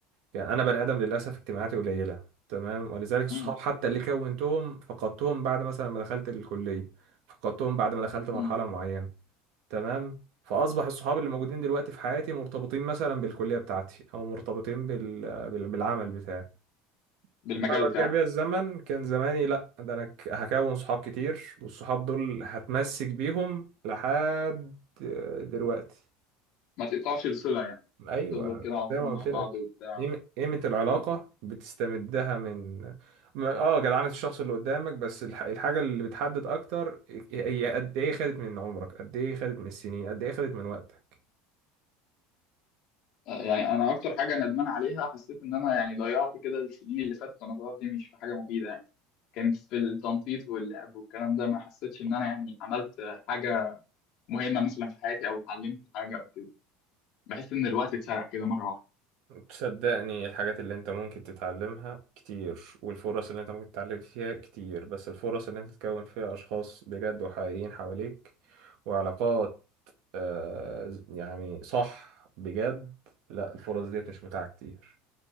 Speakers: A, on the right; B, on the left.
A: يعني أنا بني آدم للأسف اجتماعاتي قليلة تمام ولذلك الصحاب
B: امم
A: حتى اللي كونتهم فقدتهم بعد مثلا ما دخلت الكلية فقدتهم بعد ما دخلت مرحلة
B: امم
A: معينة تمام فأصبح الصحاب اللي موجودين دلوقتي في حياتي مرتبطين مثلا بالكلية بتاعتي أو مرتبطين بال... بال... بالعمل بتاعي
B: بالمجال
A: لو أنا
B: بتاعك
A: رجع بيا الزمن كان زماني لأ ده أنا ك- هكون صحاب كتير والصحاب دول هتمسك بيهم لحد دلوقتي
B: ما تقطعش الصلة يعني
A: ايوه
B: تفضل كده على
A: زي
B: طول
A: ما
B: مع
A: قلت
B: بعض
A: لك
B: وبتاع
A: قيمة قيمة العلاقة بتستمدها من ما- اه جدعنة الشخص اللي قدامك بس الح- الحاجة اللي بتحدد اكتر هي قد ايه خدت من عمرك قد ايه خدت من السنين قد ايه خدت من وقتك
B: آه، يعني انا اكتر حاجة ندمان عليها حسيت ان انا يعني ضيعت كده السنين اللي فاتت وانا صغير دي مش في حاجة مفيدة يعني كانت في التنطيط واللعب والكلام ده ما حسيتش ان انا يعني عملت آه، حاجة مهمة مثلا في حياتي او اتعلمت حاجة او كده بحس ان الوقت اتسرق كده مرة واحدة
A: تصدقني الحاجات اللي انت ممكن تتعلمها كتير والفرص اللي انت ممكن تتعلم فيها كتير بس الفرص اللي انت تكون فيها اشخاص بجد وحقيقيين حواليك وعلاقات آه يعني صح بجد لا الفرص ديت مش متاحة كتير